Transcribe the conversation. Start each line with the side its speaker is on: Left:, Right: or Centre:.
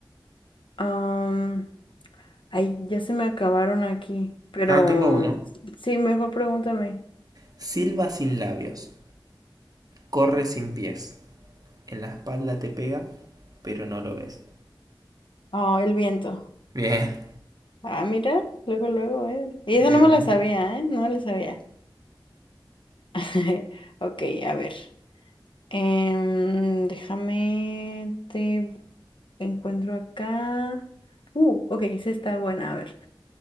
Left: am, ay, ya se me acabaron aquí. Pero
Right: Ah, tengo uno.
Left: sí, mejor pregúntame.
Right: Silba sin labios, corre sin pies. En la espalda te pega, pero no lo ves.
Left: Oh, el viento.
Right: Bien.
Left: Ah, mira, luego, luego, eh. Y
Right: Bien,
Left: eso no me
Right: bien,
Left: la sabía,
Right: bien.
Left: ¿eh? No me la sabía. <laughs> Ok, a ver. Em, déjame te Encuentro acá. Uh, ok, esa está buena. A ver.